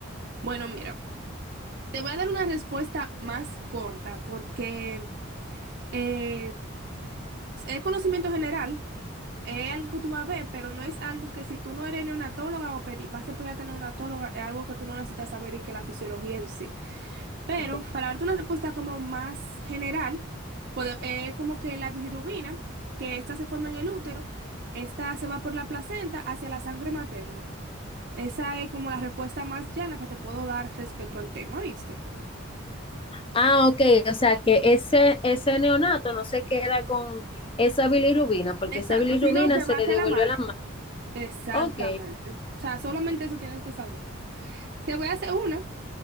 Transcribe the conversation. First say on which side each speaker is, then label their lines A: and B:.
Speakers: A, on the right; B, on the left.
A: Bueno, mira, te voy a dar una respuesta más corta porque eh, es conocimiento general, es algo que tú vas a ver, pero no es algo que si tú no eres neonatóloga o pedi vas a ser pediatra neonatóloga, es algo que tú no necesitas saber y que la fisiología en sí. Pero
B: Okay.
A: para darte una respuesta como más general, pode- eh, como que la bilirrubina, que esta se forma en el útero, esta se va por la placenta hacia la sangre materna. Esa es como la respuesta más llana que te puedo dar respecto al tema, ¿viste?
B: Ah, ok, o sea que ese, ese neonato no se queda con esa bilirrubina, porque
A: Exacto,
B: esa bilirrubina
A: sino que
B: se
A: va
B: le
A: hacia
B: devuelve
A: la madre.
B: a la madre.
A: Exactamente.
B: Ok.
A: O sea, solamente eso tienes que saber. Te voy a hacer una